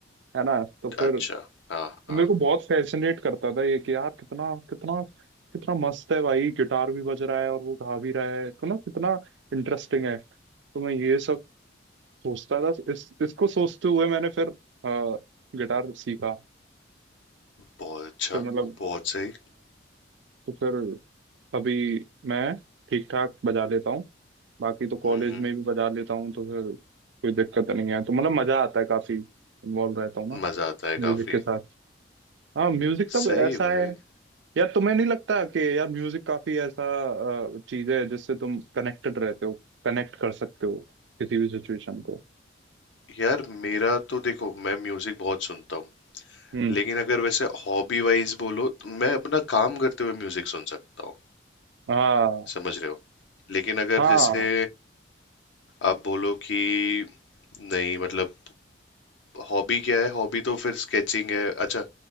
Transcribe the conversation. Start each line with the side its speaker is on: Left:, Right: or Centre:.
Right: है ना तो फिर
Left: अच्छा हाँ
Right: तो
Left: हाँ
Right: मेरे को बहुत फैसिनेट करता था ये कि यार कितना कितना कितना मस्त है भाई गिटार भी बज रहा है और वो गा भी रहा है तो ना कितना इंटरेस्टिंग है तो मैं ये सब सोचता था इस इसको सोचते हुए मैंने फिर अ, गिटार सीखा
Left: बहुत अच्छा
Right: फिर मतलब
Left: बहुत सही
Right: तो फिर अभी मैं ठीक ठाक बजा लेता हूँ बाकी तो कॉलेज
Left: हम्म
Right: में भी बजा लेता हूँ तो फिर कोई दिक्कत नहीं है तो मतलब मजा आता है काफी इन्वॉल्व रहता हूँ ना
Left: मजा आता है
Right: म्यूजिक
Left: काफी
Right: के साथ हाँ म्यूजिक तब
Left: सही
Right: ऐसा
Left: है भाई
Right: है यार तुम्हें नहीं लगता कि यार म्यूजिक काफी ऐसा चीज है जिससे तुम कनेक्टेड रहते हो कनेक्ट कर सकते हो किसी भी सिचुएशन को
Left: यार मेरा तो देखो मैं म्यूजिक बहुत सुनता हूँ
Right: हम्म
Left: लेकिन अगर वैसे हॉबी वाइज बोलो तो मैं अपना काम करते हुए म्यूजिक सुन सकता हूँ
Right: हाँ
Left: समझ रहे हो लेकिन अगर
Right: हाँ
Left: जैसे आप बोलो कि नहीं मतलब हॉबी क्या है हॉबी तो फिर स्केचिंग है अच्छा